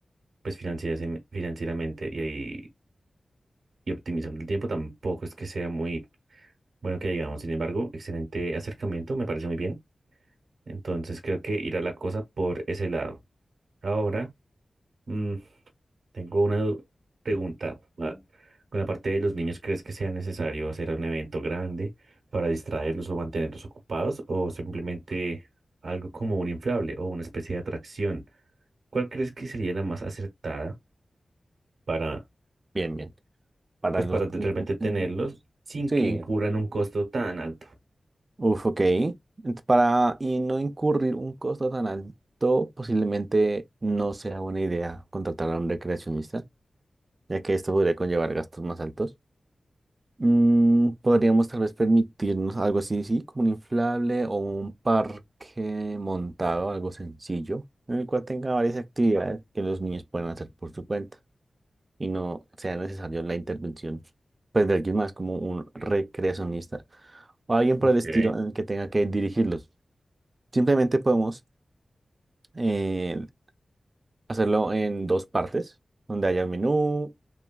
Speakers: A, on the right; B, on the right.
A: pues financiera- financieramente y ahí y optimizando el tiempo tampoco es que sea muy bueno que digamos. Sin embargo, excelente acercamiento, me parece muy bien. Entonces creo que irá la cosa por ese lado. Ahora, mm, tengo una du- pregunta. Ah, Con la parte de los niños, ¿crees que sea necesario hacer un evento grande para distraerlos o mantenerlos ocupados o simplemente algo como un inflable o una especie de atracción? ¿Cuál crees que sería la más acertada para,
B: Bien, bien. Para
A: pues,
B: los...
A: para realmente tenerlos
B: Mm,
A: sin
B: Sí.
A: que incurran un costo tan alto?
B: Uf, ok. Ent- Para y no incurrir un costo tan alto, posiblemente no sea buena idea contratar a un recreacionista, ya que esto podría conllevar gastos más altos. Mm, podríamos tal vez permitirnos algo así, sí, como un inflable o un parque montado, algo sencillo, en el cual tenga varias actividades que los niños puedan hacer por su cuenta y no sea necesario la intervención pues, de alguien más, como un recreacionista o alguien por
A: Ok,
B: el estilo en el que tenga que dirigirlos. Simplemente podemos eh, hacerlo en dos partes, donde haya un menú